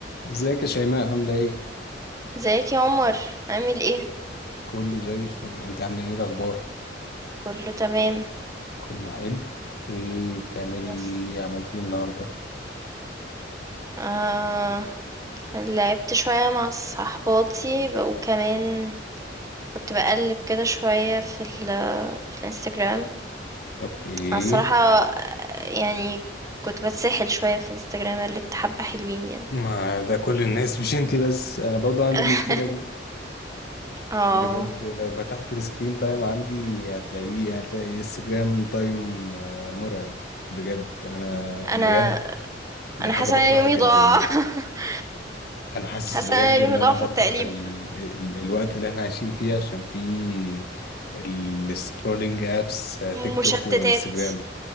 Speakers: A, on the left; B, on the right.
A: ازيك يا شيماء عاملة ايه؟
B: ازيك يا عمر عامل ايه
A: كله زي الفل انت عاملة ايه الأخبار؟
B: كله تمام
A: كله حلو ايه بتعملي
B: بس
A: ايه عملتي ايه النهاردة؟
B: آه لعبت شوية مع صحباتي ب- وكمان كنت بقلب كده شوية في ال في الانستجرام
A: اوكي
B: انا الصراحة يعني كنت بتسحل شوية في الانستجرام قلبت حبة حلوين يعني
A: ما ده كل الناس مش انت بس انا برضه عندي
B: <laughs>
A: المشكلة دي
B: اه
A: بجد لو فتحت السكرين تايم عندي هتلاقيه هتلاقي انستجرام تايم آه، مرعب بجد انا بجد
B: انا
A: دي
B: انا
A: حاجة
B: حاسة
A: بكرهها
B: ان أنا يومي
A: جدا
B: ضاع <laughs>
A: انا حاسس
B: حاسة
A: بجد
B: ان أنا يومي
A: ان انا
B: ضاع
A: بكره
B: في التقليب
A: ال... ال... الوقت اللي احنا عايشين فيه عشان فيه السكرولينج ابس تيك
B: مشتتات
A: توك وانستجرام